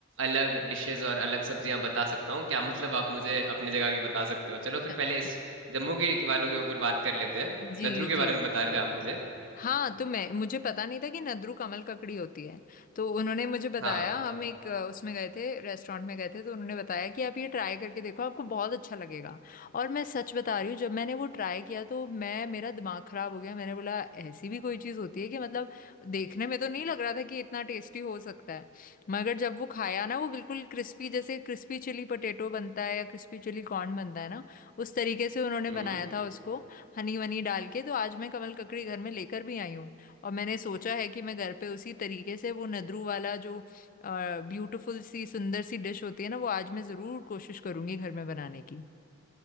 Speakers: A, on the right (about 70°); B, on the left (about 45°).
A: अलग डिशेस और अलग सब्जियां बता सकता हूँ क्या मतलब आप मुझे अपनी जगह की बता सकते हो चलो फिर
B: <laughs>
A: पहले इस जम्मू के वालों के ऊपर बात कर लेते हैं
B: जी
A: नदरू के
B: जी
A: बारे में बता रहे थे आप मुझे
B: हाँ तो मैं मुझे पता नहीं था कि नद्रू कमल ककड़ी होती है तो उन्होंने मुझे बताया
A: हाँ
B: हम एक अ, उसमें गए थे रेस्टोरेंट में गए थे तो उन्होंने बताया कि आप ये ट्राई करके देखो आपको बहुत अच्छा लगेगा और मैं सच बता रही हूँ जब मैंने वो ट्राई किया तो मैं मेरा दिमाग खराब हो गया मैंने बोला ऐसी भी कोई चीज़ होती है कि मतलब देखने में तो नहीं लग रहा था कि इतना टेस्टी हो सकता है मगर जब वो खाया ना वो बिल्कुल क्रिस्पी जैसे क्रिस्पी चिली पोटैटो बनता है या क्रिस्पी चिली कॉर्न बनता है ना उस तरीके से उन्होंने
A: हम्म
B: बनाया था उसको हनी वनी डाल के तो आज मैं कमल ककड़ी घर में लेकर भी आई हूँ और मैंने सोचा है कि मैं घर पे उसी तरीके से वो नदरू वाला जो ब्यूटीफुल सी सुंदर सी डिश होती है ना वो आज मैं जरूर कोशिश करूंगी घर में बनाने की